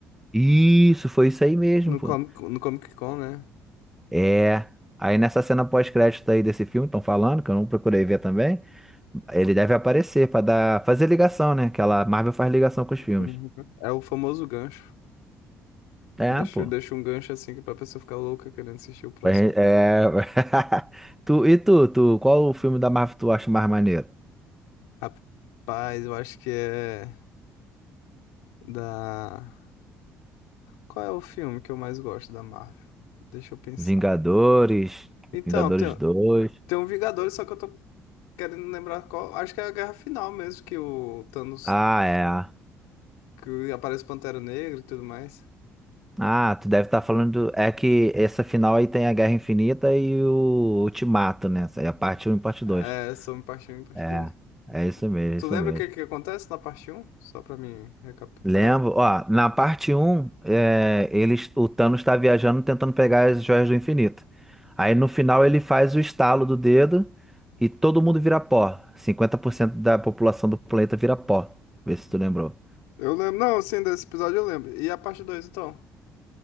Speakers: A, in the centre; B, on the left.
A: Isso, foi isso aí mesmo,
B: No
A: pô.
B: Comic, no Comic Con, né?
A: É. Aí nessa cena pós-crédito aí desse filme, estão falando, que eu não procurei ver também. Ele deve aparecer pra dar, fazer ligação, né? Que ela- Marvel faz ligação com os filmes.
B: Uhum. É o famoso gancho.
A: É,
B: Deixa,
A: pô.
B: deixa um gancho assim que é pra pessoa ficar louca querendo assistir o próximo.
A: Pra gen- É... <laughs> Tu, e tu, tu, qual o filme da Marvel tu acha mais maneiro?
B: Rapaz, eu acho que é da. Qual é o filme que eu mais gosto da Marvel? Deixa eu pensar.
A: Vingadores,
B: Então,
A: Vingadores
B: tem,
A: dois.
B: tem um Vingadores, só que eu tô querendo lembrar qual. Acho que é a Guerra Final mesmo, que o Thanos.
A: Ah, é.
B: Que aparece Pantera Negra e tudo mais.
A: Ah, tu deve estar falando. do- É que essa final aí tem a Guerra Infinita e o Ultimato, né? Essa aí é a parte um e parte
B: É,
A: 2.
B: sobre parte um e parte
A: É,
B: 2.
A: é isso mesmo, é
B: Tu
A: isso
B: lembra
A: mesmo.
B: o que, que acontece na parte um? Só pra mim recapitular.
A: Lembro,
B: aqui.
A: ó, na parte um é, eles, o Thanos está viajando tentando pegar as joias do infinito. Aí no final ele faz o estalo do dedo e todo mundo vira pó. cinquenta por cento da população do planeta vira pó. Vê se tu lembrou.
B: Eu lembro, não, sim, desse episódio eu lembro. E a parte dois então?